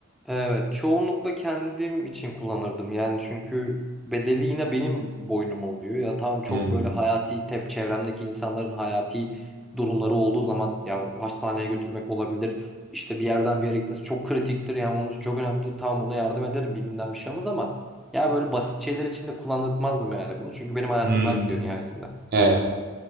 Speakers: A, in the centre; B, on the right (about 50°).
A: Evet, çoğunlukla kendim için kullanırdım. Yani çünkü bedeli yine benim boynuma oluyor. Ya tamam çok
B: Hmm.
A: böyle hayati, tep çevremdeki insanların hayati durumları olduğu zaman ya hastaneye götürmek olabilir. İşte bir yerden bir yere gitmesi çok kritiktir. Yani onun için çok önemlidir. Tamam ona yardım ederim bir günden bir şey olmaz ama ya böyle basit şeyler için de kullanılmazdım yani bunu. Çünkü benim hayatımdan
B: Hmm.
A: gidiyor nihayetinde.
B: Evet.